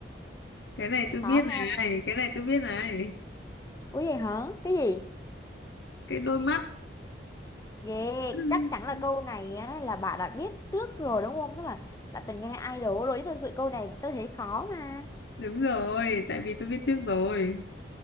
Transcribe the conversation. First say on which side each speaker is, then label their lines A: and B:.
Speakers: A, on the left (about 70°); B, on the left (about 15°).
A: Cái này tôi
B: Có
A: biết
B: không?
A: này, cái này tôi biết này.
B: Ủa vậy hả? Cái gì?
A: Cái đôi mắt.
B: Ghê,
A: <laughs>
B: chắc chắn là câu này á, là bà đã biết trước rồi đúng không? Tức là đã từng nghe idol rồi, chứ thực sự câu này tôi thấy khó mà.
A: Đúng rồi, tại vì tôi biết trước rồi.